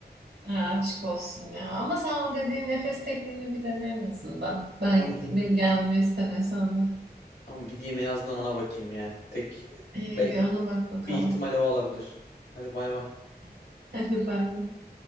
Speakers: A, on the right; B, on the left.
A: Ha, aşk olsun ya. Ama sen o dediğin nefes tekniğini bir dene en azından. Ben,
B: Tamam git,
A: benim gelmemi
B: git-
A: istemiyorsan da.
B: tamam gideyim en azından ona bakayım yani. Tek
A: İyi
B: belki
A: bir ona bak bakalım.
B: bir ihtimal o olabilir. Hadi bay bay.
A: <laughs> Hadi bay bay.